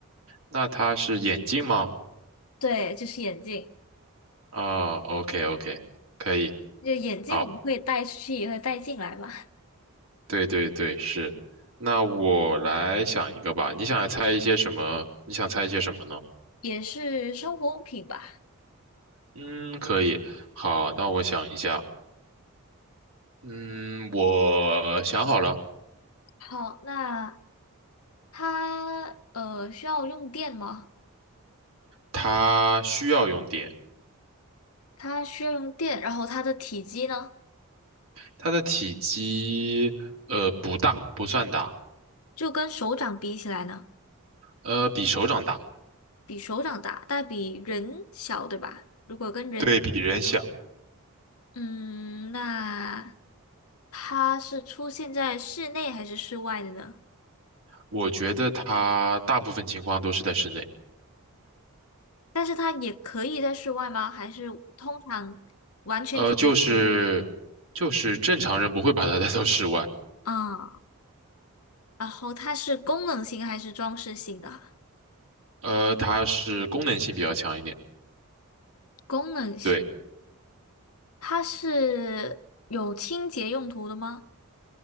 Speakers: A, on the right (about 70°); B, on the left (about 75°).
A: 那它是眼镜吗？
B: 对，就是眼镜。
A: 啊，OK OK，可以，
B: 就眼镜我们会带出去，
A: 好，
B: 也会带进来嘛，
A: 对对对，是。那我来想一个吧，你想猜一些什么？你想猜一些什么呢？
B: 也是生活物品吧。
A: 嗯，可以，好，那我想一下，嗯，我想好了。
B: 好，那它呃需要用电吗？
A: 它需要用电，
B: 它需要用电，然后它的体积呢，
A: 它的体积呃不大，不算大，
B: 就跟手掌比起来呢，
A: 呃比手掌大，
B: 比手掌大，但比人小，对吧？如果跟人比，
A: 对比人小。
B: 嗯，那它是出现在室内还是室外的呢？
A: 我觉得它大部分情况都是在室内，
B: 但是它也可以在室外吗？还是通常完全只在室内？
A: 呃就是就是正常人不会把它 <laughs> 带到室外，
B: 啊、然后它是功能性还是装饰性的啊
A: 呃它是功能性比较强一点，
B: 功能性，
A: 对，
B: 它是有清洁用途的吗？